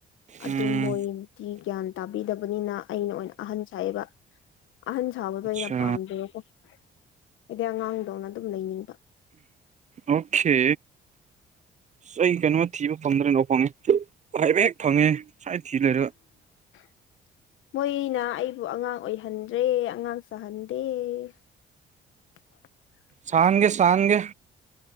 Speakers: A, on the left; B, on the right.
A: ꯑꯗꯨ
B: ꯎꯝ
A: ꯃꯣꯏꯗꯤ ꯒ꯭ꯌꯥꯟ ꯇꯥꯕꯤꯗꯕꯅꯤꯅ ꯑꯩꯅ ꯑꯣꯏꯅ ꯑꯍꯟ ꯁꯥꯏꯑꯕ ꯑꯍꯟ ꯁꯥꯕꯗꯣ
B: ꯑꯠꯁꯥ
A: ꯑꯩꯅ ꯄꯥꯝꯗꯕꯀꯣ ꯍꯥꯏꯗꯤ ꯑꯉꯥꯡꯗꯧꯅ ꯑꯗꯨꯝ ꯂꯩꯅꯤꯡꯕ
B: ꯑꯣꯀꯦ ꯆꯍꯤ ꯀꯩꯅꯣꯃ ꯊꯤꯕ ꯐꯪꯗ꯭ꯔꯦ ꯉ ꯍꯥꯏꯕꯦꯛ ꯍꯦꯛ ꯐꯪꯉꯦ ꯁꯨꯃꯥꯏꯅ ꯊꯤ ꯂꯩꯔ
A: <unintelligible> ꯃꯣꯏꯅ ꯑꯩꯕꯨ ꯑꯉꯥꯡ ꯑꯣꯏꯍꯟꯗ꯭ꯔꯦ ꯑꯉꯥꯡ ꯆꯍꯟꯗꯦ <unintelligible>
B: ꯁꯍꯥꯟꯒ ꯁꯍꯥꯟꯒ